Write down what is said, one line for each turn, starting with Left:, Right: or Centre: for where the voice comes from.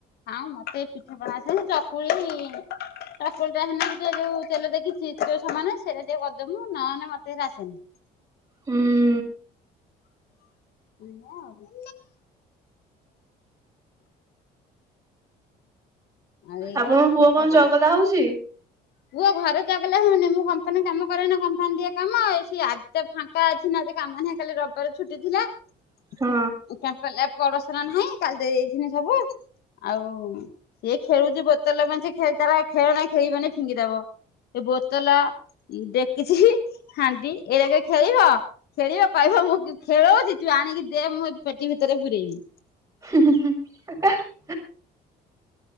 Left: ହାଉଁ ମତେ ପିଠିପଣା ଆସେନି। ଚକୁଳି ଚାକୁଳି ଟା ହେନେ ଟିକିଏ ଯୋଉ ତେଲ ଦେଇକି ଚିତଉ ସମାନେ ସେଇରା ଟିକେ କରିଦମୁ ନହେନେ ମତେ ହେରା ଆସେନି।
Right: ହୁଁ।
Left: ଏଇଆ ଆଉ କଁ? ଆଉ ଏଇଆ
Right: ଆପଣଙ୍କ
Left: ପିଠା
Right: ପୁଅ କଣ
Left: ପଣା
Right: ଚଗଲା ହଉଚି?
Left: ପୁଅ ଘରେ ଚଗଲା ହୁଏନି। ମୁଁ କମ୍ପାନୀ କାମ କରେ ନା କମ୍ପାନୀ ଦିଏ କାମ ଏଇ ସିଏ ଆଜିତ ଫା ଙ୍କା ଅଛି ନା କାମ କାଲି ରବିବାର ଛୁଟି ଥିଲା। <unintelligible>
Right: ହଁ
Left: ପଡଶରା ନାହିଁ କାଲି ଦେଇ ଦେଇ ଥିନି ସବୁ ଆଉ ସେ ଖେଳୁଚି ବୋତଲ ମେଞ୍ଚେ ଖେଳ ତାର ଆଉ ଖେଳନା ନାଇ ଖେଳିବନି ଫିଙ୍ଗିଦବ। ସେ ବୋତଲ ଡେକିଛିଇ ହାଣ୍ଡି ଏଇରାକରେ ଖେଳିବ ଖେଳିବ କଇଭ ମୁଁ କି ଖେଳଉଜି ତୁ ଆଣିକି ଦେ ମୁଁ ଏ ପେଟି ଭିତରେ ପୁରେଇମି।
Right: ହୁଁ ହୁଁ ହୁଁ। <unintelligible>